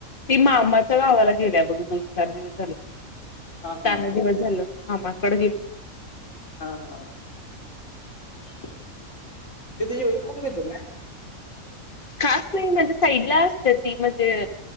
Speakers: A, on the left; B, on the left.
A: ती मामाच्या गावाला गेल्या बघ दोन, चार दिवस झालं
B: हा हा
A: चार ह दिवस झालं. मामा कड गेली.
B: हा हा ते तुझे <unintelligible> एवढी फन मितील ना
A: खास नाही म्हणजे साईडला असते ती म्हणजे